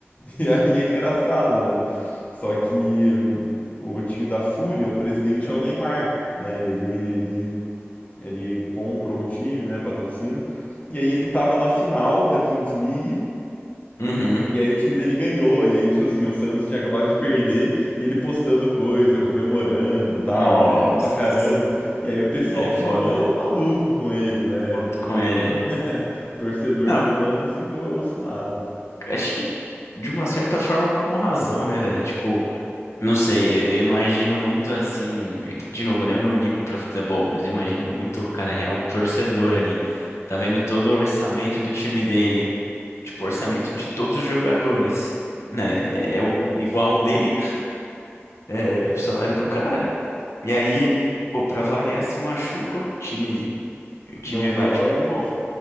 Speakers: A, on the left; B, on the left.
A: E aí é engraçado, né? Só que hum, o time da Fúria, o presidente é o Neymar, né? Ele, ele, ele comprou o time, né? Patrocina. E aí ele tava na final da Kings League.
B: uhum,
A: E aí o time dele ganhou. E aí, tipo assim, o Santos tinha acabado de perder. E ele postando coisa, comemorando, tal,
B: nossa,
A: feliz pra caramba. E aí o pessoal
B: aí é foda,
A: ficou maluco com ele, né?
B: puto
A: Ficou
B: com
A: muito.
B: ele.
A: <laughs> O torcedor
B: Não,
A: do Santos ficou alucinado.
B: acho que de uma certa forma com razão, né, velho, tipo... Não sei, eu eu imagino muito assim. é que, De novo, né? Eu não ligo pra futebol, mas eu imagino muito o cara real, o torcedor ali. Tá vendo todo o orçamento do time dele, tipo, orçamento de todos os jogadores, né? É, é o igual o dele, é o salário do cara. E aí ele, pô, pra variar, se machuca, o time, o time
A: Não
B: vai,
A: joga,
B: tipo, pô,